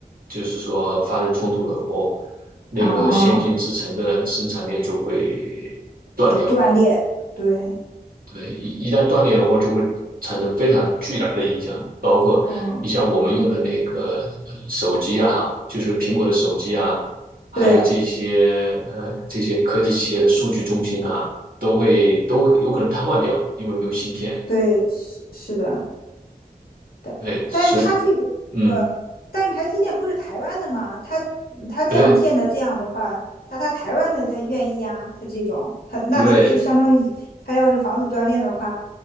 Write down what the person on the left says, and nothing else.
哦，呃断裂，对，
嗯，
对
对，是是的，但但是他这个，
但是台积电不是台湾的吗？他他这样建的这样的话，
那他台湾的他愿意啊，他这种他那他不就相当于他要是房子断裂的话，